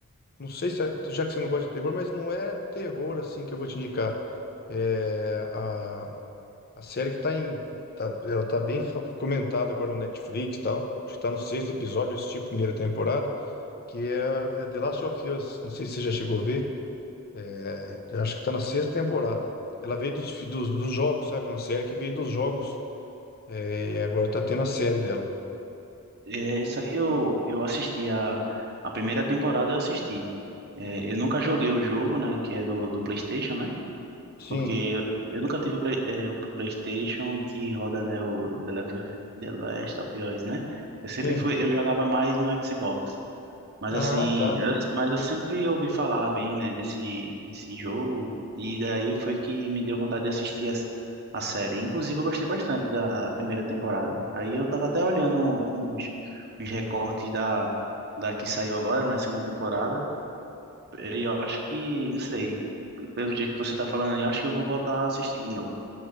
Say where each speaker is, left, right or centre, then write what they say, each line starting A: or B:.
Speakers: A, on the left; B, on the right.
A: não sei se, é- já que você não gosta de terror, mas não é terror assim que eu vou te indicar. É, a, a série que tá em. tá- ela tá bem fa- comentada agora no Netflix e tal. Acho que tá no sexto episódio, eu assisti a primeira temporada, que é, é The Last of Us. Não sei se você já chegou a ver. É, acho que tá na sexta temporada. Ela veio dos, fi- dos, dos jogos, sabe? Uma série que veio dos jogos. É, e agora tá tendo a série dela.
B: Eh, isso aí eu, eu assisti a, a primeira temporada, eu assisti. Eh, eu nunca joguei o jogo, né? Que é do, do PlayStation, né?
A: Sim,
B: Porque eu, eu nunca tive o, Play- eh, o PlayStation que roda, né? O The Last of, The Last of Us, né? Eu sempre
A: sim.
B: fui, eu jogava mais no Xbox. Mas
A: Ah,
B: assim,
A: tá.
B: eu, mas eu sempre ouvi falar bem, né, desse, desse jogo, e daí foi que me deu vontade de assistir a, a série. Inclusive, eu gostei bastante da primeira temporada. Aí eu tava até olhando uns, uns recortes da, da que saiu agora, né, a segunda temporada, e eu acho que, não sei, pelo jeito que você tá falando aí, eu acho que eu vou voltar a assistir de novo.